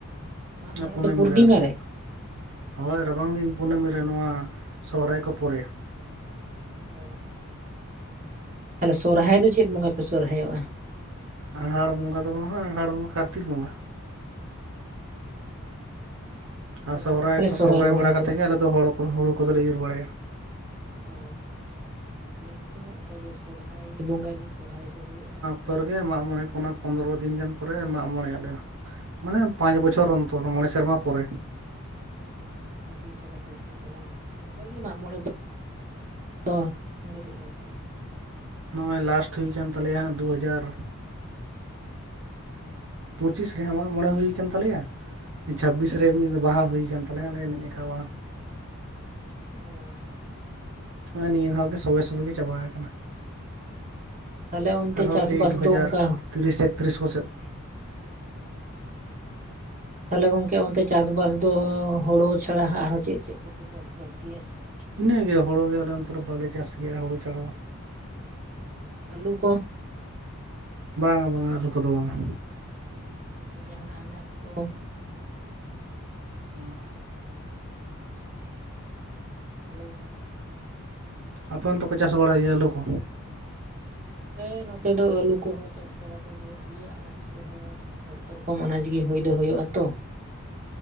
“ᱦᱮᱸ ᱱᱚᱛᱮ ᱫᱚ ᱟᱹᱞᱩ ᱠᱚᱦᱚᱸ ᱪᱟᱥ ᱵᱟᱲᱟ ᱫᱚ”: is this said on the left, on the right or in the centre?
Right